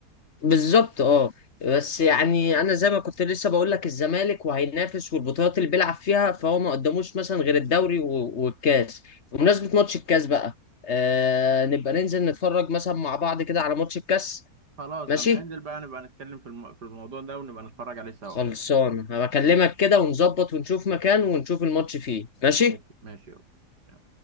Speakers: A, on the left; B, on the right.
A: بالظبط اه بس يعني انا زي ما كنت لسه بقول لك الزمالك وهينافس والبطولات اللي بيلعب فيها فهو ما قدموش مثلا غير الدوري و- والكاس بمناسبة ماتش الكاس بقى آه نبقى ننزل نتفرج مثلا مع بعض كده على ماتش الكاس
B: خلاص
A: ماشي
B: لما ننزل بقى نبقى نتكلم في الم... في الموضوع ده ونبقى نتفرج عليه سوا
A: خلصان هبكلمك
B: ماشي
A: كده ونظبط ونشوف مكان ونشوف الماتش فيه ماشي
B: ماشي ماشي يلا.